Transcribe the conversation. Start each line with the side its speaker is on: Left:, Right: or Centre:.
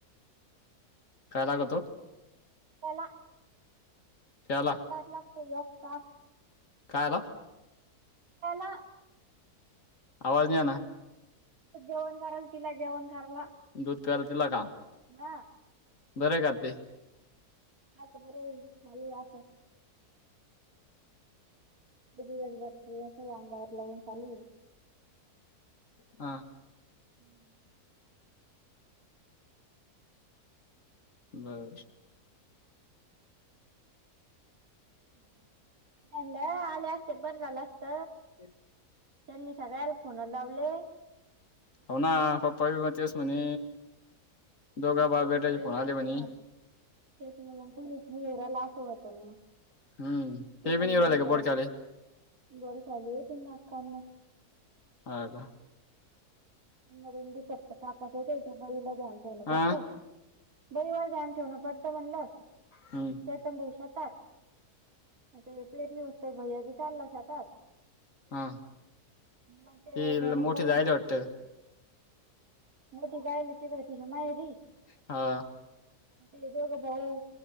Left: काय लाग तो?
Right: त्याला
Left: त्याला
Right: एक तास लागतो एक तास
Left: कायला
Right: हॅलो
Left: आवाज नाही आला.
Right: जेवण करायला तिला जेवण करायला,
Left: दूध पराय दिला का
Right: ह.
Left: बरं का ते
Right: आता बर चालेू आं. क बाटकी का अंगावर लावून चालू.
Left: हा.
Right: हम्म
Left: बर
Right: हम्म नाही आले असते बर झालं असत.
Left: ते
Right: त्यांनी सगळ्याला फोन लावले
Left: हो ना पप्पा बेटा तेच म्हणे
Right: आणि
Left: दोघं बाप
Right: शिवून
Left: बेटे
Right: राहिला
Left: भेटायला
Right: असं
Left: म्हणे
Right: झालं ना मग कोणीच निराला लाखं होत ना मग
Left: हम्म
Right: ते कोणत्या
Left: बी नाही राहिले
Right: म
Left: का बोडक्यावाले
Right: बर ली आहे त अखांना
Left: ह हा
Right: हंगडली फक्त कापातेतय ते बाईला दे अंतवन
Left: हा
Right: बरत बळीवर्धन ठेवण पडतय म्हणलं
Left: हम
Right: ब शतात ते पेटली मस्त भज्या बी चालला शातात
Left: हा
Right: मग ते
Left: ही
Right: घरी
Left: मोठी
Right: बाई
Left: जायला वाटते
Right: मोठी जायली तिकडं तिच्या माहेरी
Left: हा
Right: हा तुम्ही दोघेजण